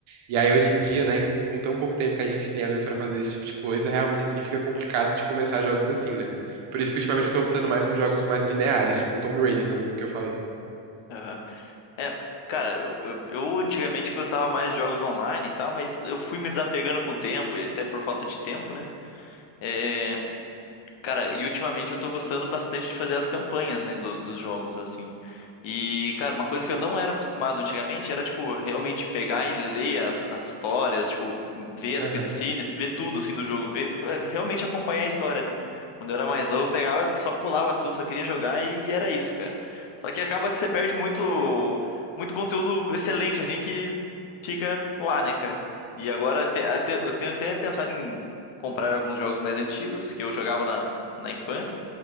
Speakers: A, on the right (about 70°); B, on the left (about 65°).
A: E aí hoje em dia, né, com tão pouco tempo que a gente tem às vezes pra fazer esse tipo de coisa, realmente assim fica complicado de começar jogos assim, né? Por isso que ultimamente eu tô optando mais por jogos mais lineares, tipo o Tomb Raider que eu, que eu falei.
B: aham. É, cara, eu, eu- eu antigamente gostava mais de jogos online e tal, mas eu fui me desapegando com o tempo, e até por falta de tempo, né? É, Cara, e ultimamente eu tô gostando bastante de fazer as campanhas, né, do- dos jogos, assim. E, cara, uma coisa que eu não era acostumado antigamente era, tipo, realmente pegar e ler as, as histórias, tipo, ver as
A: Aham.
B: cutscenes, ver tudo, assim, do jogo, ver, é, realmente acompanhar a história, né? Quando eu era mais novo, eu pegava e só pulava tudo, só queria jogar e era isso, cara. Só que acaba que você perde muito, muito conteúdo excelente, assim, que fica lá, né, cara? E agora até, até- eu tenho até pensado em comprar alguns jogos mais antigos que eu jogava na na infância,